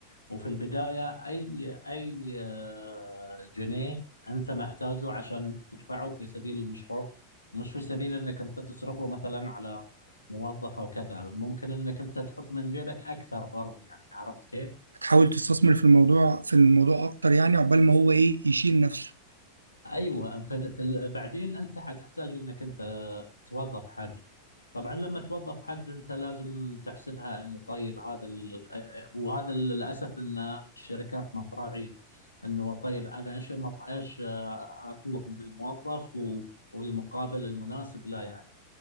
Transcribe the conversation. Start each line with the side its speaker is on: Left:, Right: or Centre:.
Left: وفي البداية أي أي آه، جنيه أنت محتاجه عشان أنت تدفعه في سبيل المشروع مش في سبيل أنك أنت تصرفه مثلا على موظف أو كذا ممكن أنك أنت تحط من جيبك أكثر برضو يعني عرفت كيف؟
Right: هتحاول تستثمر في الموضوع في الموضوع اكتر يعني عقبال ما هو ايه يشيل نفسه
Left: أيوة في في بعدين أنت حتحتاج أنك أنت توظف حد طبعا لما توظف حد انت لازم تحسبها انه طيب هذا ال... وهذا للاسف ان الشركات ما تراعي انه طيب انا ايش مط- ايش اطلب من الموظف و... والمقابل المناسب لا يعني